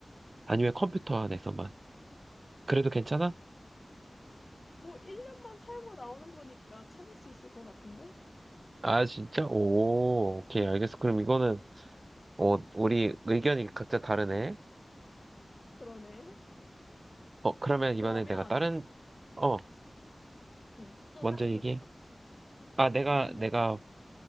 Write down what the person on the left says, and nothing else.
뭐 1년만 살고 나오는 거니까 참을 수 있을 것 같은데?
그러네.
그러면,
응, 또
다른
거 줘봐.
다른 거
줘봐, 다